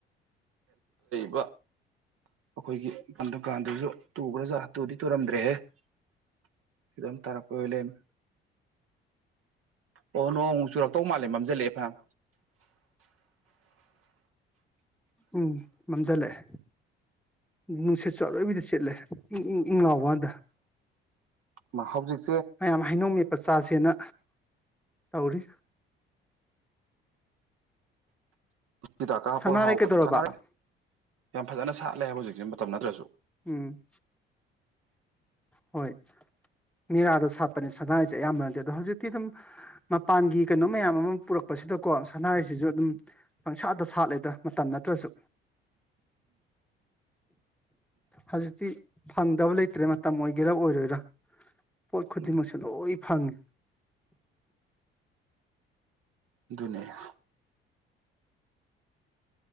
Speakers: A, on the right (about 50°); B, in the centre.
A: ꯕ ꯑꯩꯈꯣꯏꯒꯤ ꯗꯨꯀꯥꯟꯗꯨꯁꯨ ꯇꯨꯈ꯭ꯔꯥꯖꯥꯠ ꯇꯨꯗꯤ ꯇꯨꯔꯝꯗ꯭ꯔꯦꯍꯦꯝ ꯇꯥꯔꯛꯄ ꯄꯣꯏꯂꯦꯝ ꯑꯣ ꯅꯣꯡ ꯆꯨꯔꯛꯇꯧ ꯃꯥꯜꯂꯦ ꯃꯝꯖꯜꯂꯛꯦ ꯝ
B: ꯎꯝ ꯃꯝꯖꯜꯂꯛꯑꯦ ꯅꯨꯡꯁꯤꯠꯁꯨ ꯑꯂꯣꯏꯕꯤꯗ ꯆꯦꯠꯂꯦ ꯏꯪ ꯏꯪ ꯏꯪ ꯉꯥꯎꯕ ꯀꯥꯟꯗ
A: ꯃꯥ ꯁ ꯍꯧꯖꯤ
B: ꯃꯌꯥꯝ ꯍꯩꯅꯣꯡꯃꯤ ꯄꯆꯥꯁꯦꯅ ꯇꯧꯔꯤ
A: ꯤꯗꯥꯛꯀꯥ
B: ꯁꯅꯥꯔꯩ
A: ꯍꯥꯞꯄꯒ ꯍꯥꯎꯕꯅꯦ
B: ꯀꯩꯗꯧꯔꯕ
A: ꯁꯅꯔꯦ ꯐꯖꯅ ꯁꯥꯠꯂꯦ ꯍꯥꯏꯕ ꯍꯧꯖꯤꯛꯁꯦ ꯃꯇꯝ ꯅꯠꯇ꯭ꯔꯁꯨ
B: ꯎꯝ ꯍꯣꯏ ꯃꯤꯦꯔꯥꯗ ꯁꯥꯠꯄꯅꯦ ꯁꯅꯥꯔꯤꯁꯦ ꯑꯌꯥꯝꯕ ꯅꯠꯇꯦ ꯑꯗꯣ ꯍꯧꯖꯤꯛꯇꯤ ꯑꯗꯨꯝ ꯃꯄꯥꯟꯒꯤ ꯀꯩꯅꯣ ꯃꯌꯥꯝ ꯑꯃ ꯄꯨꯔꯛꯄꯁꯤꯗꯀꯣ ꯁꯅꯥꯔꯤꯩꯁꯤꯁꯨ ꯑꯗꯨꯝ ꯄꯪꯁꯥꯗ ꯁꯥꯠꯂꯦꯗ ꯃꯇꯝ ꯅꯠꯇ꯭ꯔꯁꯨ ꯍꯧꯖꯤꯛꯇꯤ ꯊ ꯗꯕꯂꯩ ꯇꯦ ꯃꯇꯝ ꯑꯣꯏꯒꯦꯔꯥ ꯑꯣꯏꯔꯣꯏꯔꯥ ꯄꯣꯠ ꯈꯨꯗꯤꯡꯃꯛꯁꯨ
A: ꯎꯝ
B: ꯂꯣꯏ ꯐꯪꯉꯤ
A: ꯅꯌꯥ